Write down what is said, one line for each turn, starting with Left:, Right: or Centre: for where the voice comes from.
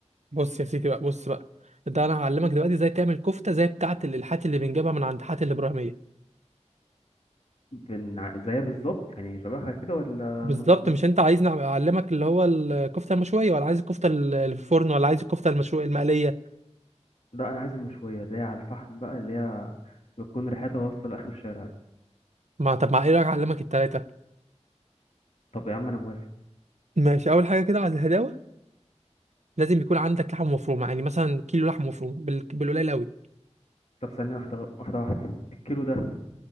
Right: بص يا سيدي بقى بص بقى ده انا هعلمك دلوقتي ازاي تعمل كفته زي بتاعه الالحات اللي بنجيبها من عند حاتي الابراهيميه
Left: بن... زيها بالظبط يعني شبهها كده ولا
Right: بالظبط
Left: نص نص
Right: مش انت عايزني اعلمك اللي هو الكفته المشويه ولا عايز الكفته ال- اللي في الفرن ولا عايز الكفته المشويه المقليه
Left: لا انا عايز المشويه اللي هي على الفحم بقى اللي هي بتكون ريحتها واصله لاخر الشارع
Right: ما طب مع ايه رايك اعلمك التلاته
Left: طب يا عم انا موافق
Right: ماشي اول حاجه كده على الهداوه لازم يكون عندك لحمه مفرومه يعني مثلا كيلو لحمه مفرومه بال- بالقليل قوي
Left: طب ثانية واحدة واحدة واحدة الكيلو ده